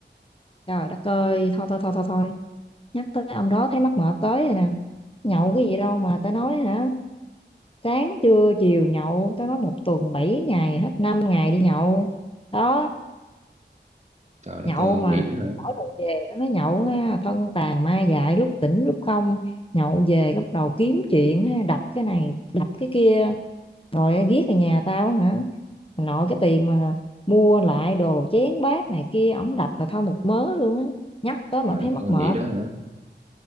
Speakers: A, on the left; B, on the right.
A: trời đất ơi thôi thôi thôi thôi thôi nhắc tới ông đó thấy mắc mệt tới rồi nè nhậu cái gì đâu mà tao nói hả sáng trưa chiều nhậu tao nói một tuần 7 ngày hết 5 ngày đi nhậu đó
B: trời đất
A: nhậu
B: ơi
A: mà
B: vậy đó hả
A: mỗi lần về nó nói nhậu ha thân tàn ma dại lúc tỉnh lúc không nhậu về bắt đầu kiếm chuyện ha đập cái này đập cái kia rồi ghét ở nhà tao hả Mà nội cái tiền mà mua lại đồ chén bát này kia ổng đập là thôi một mớ luôn á nhắc tới
B: trời
A: mà thấy
B: đất
A: mắc
B: ơi
A: mệt
B: vậy đó hả